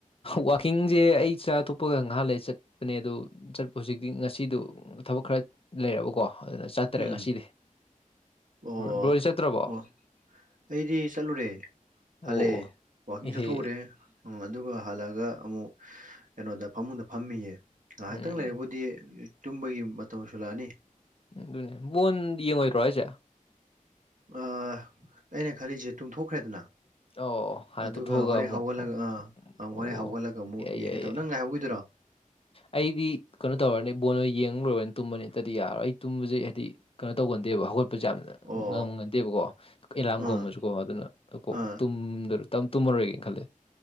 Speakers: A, on the left; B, on the right.
A: ꯋꯥꯋꯥꯛꯀꯤꯡꯁꯦ ꯑꯩ ꯏꯆꯥ ꯑ ꯇꯣꯞꯄꯒ ꯅꯍꯥꯟꯋꯥ ꯆꯠꯄꯅꯦ ꯑꯗꯨ ꯆꯠꯄ ꯍꯧꯖꯤꯛꯇꯤ ꯉꯁꯤꯗꯣ ꯊꯕꯛ ꯈꯔ ꯂꯩꯔꯕꯀꯣ ꯑꯗꯨꯅ ꯆꯠꯇ꯭ꯔꯦ
B: ꯎꯝ
A: ꯉꯁꯤꯗꯤ
B: ꯑꯣ
A: ꯕ꯭ꯔꯣꯏꯗꯤ ꯆꯠꯇ꯭ꯔꯕꯣ
B: ꯑꯣ ꯑꯩꯗꯤ ꯆꯠꯂꯨꯔꯦ ꯍꯜꯂꯛꯑꯦ
A: ꯑꯣ
B: ꯋꯥꯛꯀꯤꯡ
A: ꯏꯍꯦ
B: ꯆꯠꯊꯣꯛꯎꯔꯦ ꯎꯝ ꯑꯗꯨꯒ ꯍꯜꯂꯒ ꯑꯃꯨꯛ ꯀꯩꯅꯣꯗ ꯐꯃꯨꯡꯗ ꯐꯝꯃꯤꯌꯦ ꯉꯥꯏꯍꯥꯛꯇꯪ
A: ꯎꯝ
B: ꯂꯩꯔꯛꯕꯨꯗꯤ ꯇꯨꯝꯕꯒꯤ ꯃꯇꯝ ꯑꯃꯁꯁꯨ ꯂꯥꯛꯑꯅꯤ
A: ꯎ ꯑꯗꯨꯅꯦ ꯕꯣꯟ ꯌꯦꯡꯉꯣꯏꯗ꯭ꯔꯣ ꯍꯥꯏꯁꯦ
B: ꯑꯩꯅ ꯈꯜꯂꯤꯁꯦ ꯇꯨꯝꯊꯣꯛꯈ꯭ꯔꯦꯗꯅ
A: ꯑꯣ ꯍꯥꯟꯅ
B: ꯑꯗꯨꯒ
A: ꯇꯨꯝꯊꯣꯛꯑꯒ
B: ꯍꯣꯔꯦꯟ
A: ꯑꯃꯨꯛ
B: ꯍꯧꯒꯠꯂꯒ ꯑꯥ ꯑꯃꯪ
A: ꯑꯣ
B: ꯍꯣꯔꯦꯟ ꯍꯧꯒꯠꯂꯒ ꯑꯃꯨꯛ
A: ꯌꯥꯏ
B: ꯌꯦꯡꯒꯦ
A: ꯌꯥꯏ
B: ꯇꯕ
A: ꯌꯥꯏ
B: ꯅꯪ ꯉꯥꯏꯍꯧꯤꯗꯣꯏꯔꯣ
A: ꯑꯩꯗꯤ ꯀꯩꯅꯣ ꯇꯧꯔꯅꯤ ꯕꯣꯟꯣ ꯌꯦꯡ ꯂꯔꯅꯤ ꯇꯨꯝꯕꯅꯤꯠꯇꯗꯤ ꯌꯥꯔꯣꯏ ꯑꯩ ꯇꯨꯝꯕꯁꯦ ꯍꯥꯏꯗꯤ ꯀꯩꯅꯣ ꯇꯒꯟꯦꯕ ꯍꯧꯒꯠꯄ ꯁ ꯌꯥꯝꯅ
B: ꯑꯣ
A: ꯉꯥꯡꯕ ꯉꯗꯦꯕꯀꯣ ꯑꯦꯂꯥꯝꯒꯣꯝꯃꯁꯨꯀꯣ
B: ꯑꯥ
A: ꯑꯗꯨꯅ ꯀ
B: ꯑꯥ
A: ꯇꯨꯝꯗ ꯇꯝ ꯇꯨꯃꯔ‌ꯣꯏꯒꯦ ꯈꯜꯂꯦ